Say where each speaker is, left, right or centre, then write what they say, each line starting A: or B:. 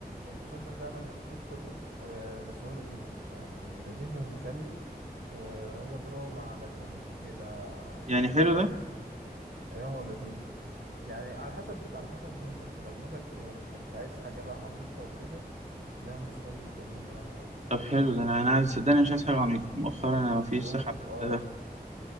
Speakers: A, on the right (about 80°); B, on the right (about 45°).
A: المسلسل ده انا ما شفتوش كله آه بس هو لذيذ يعني لذيذ ومسلي وهو دراما على كوميدي كده
B: يعني حلو
A: فاهم
B: ده
A: يعني اه لذيذ يعني على حسب على حسب مودك لو مودك يعني انت مش عايز حاجه بقى عميقه وكده ده مسلي وجميل يعني اوي
B: طب حلو ده أنا أنا عايز صدقني مش عايز حاجة عميقة مؤخرا أنا مفيش
A: وهو
B: صحة حتى
A: اه
B: <laughs>